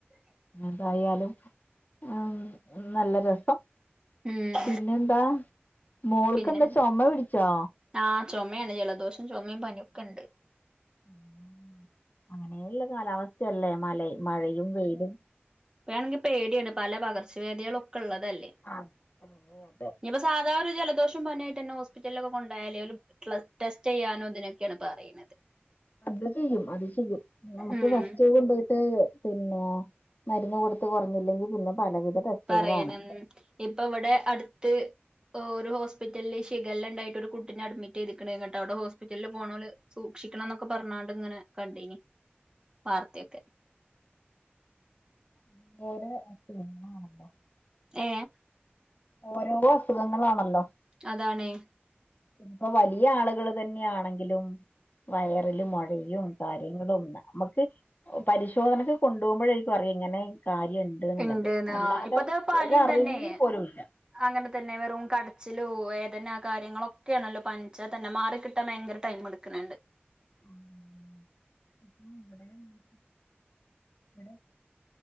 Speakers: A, on the left; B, on the right.
A: എന്തായാലും ആമ് നല്ല രസം
B: ഉം
A: പിന്നെന്താ മോൾക്കെന്താ
B: പിന്നെ
A: ചുമ പിടിച്ചോ
B: ആഹ് ചുമയാണ് ജലദോഷം ചുമയും പനിയൊക്കെ ഉണ്ട്
A: ഉം അങ്ങനെയുള്ള കാലാവസ്ഥയല്ലേ മല മഴയും വെയിലും
B: ഇപ്പണെങ്കിൽ പേടിയുണ്ട് പല പകർച്ച വ്യാധികൾ ഒക് ക്കള്ളതല്ലേ
A: ആഹ്
B: ഇനിപ്പോ സാധാ ഒരു ജലദോഷം പനി ആയി ഹോസ്പിറ്റലിലൊക്കെ കൊണ്ടായാലേ ടെസ്റ്റ് ചെയ്യാനോ ഇതിനൊക്കെയാണ് പറയണത്
A: അത് ചെയ്യും അത് ചെയ്യും നമുക്ക്
B: ഉം
A: ഫസ്റ്റ് കൊണ്ട് പോയിട്ട് പിന്നെ മരുന്ന് കൊടുത്ത് കുറഞ്ഞില്ലെങ്കിൽ പിന്നെ പലവിധ ടെസ്റ്റുകളാണ്
B: പറയനം ഇപ്പൊ ഇവിടെ അടുത്ത് ഒരു ഹോസ്പിറ്റലില് ഷിഗല്ല ഉണ്ടായിട്ട് ഒരു കുട്ടിനെ അഡ്മിറ്റ് ചെയ്തിക്കണ് എന്നിട്ടു അവിടെ ഹോസ്പിറ്റലിൽ പോണവര് സൂക്ഷിക ക്ഷിക്കണം എന്നൊക്കെ പറഞ്ഞോണ്ട് ഇങ്ങനെ കണ്ടേനി വാർത്തയൊക്കെ
A: <unintelligible>
B: ഏ
A: ഓരോരോ അസുഖങ്ങളാണല്ലോ
B: അതാണേ
A: ഇപ്പം വലിയ ആളുകൾ തന്നെയാണെങ്കിലും വയറില് മുഴയും കാര്യങ്ങളും നമ്മുക്ക് പരിശോധനക്ക്‌ കൊണ്ടുപോകുമ്പോഴരിക്കും അറി ഇങ്ങനെ കാര്യം ഉണ്ട് എന്നുള്ളത്
B: ഇണ്ട്ന്ന്
A: അല്ലാതെ
B: ആഹ് ഇപ്പത്തെ പനിയും
A: ഒരറിവൂപോലുല്ല
B: തന്നെ അങ്ങനെ തന്നെ വെറും കടച്ചിലോ വേദന കാര്യങ്ങളൊക്കെയാണല്ലോ പനിച്ചാൽ തന്നെ മാറി കിട്ടാൻ ഭയങ്കര ടൈം എടുക്കണണ്ട്
A: <unintelligible> അപ്പോ ഇവിടെ <unintelligible> ഇവിടെ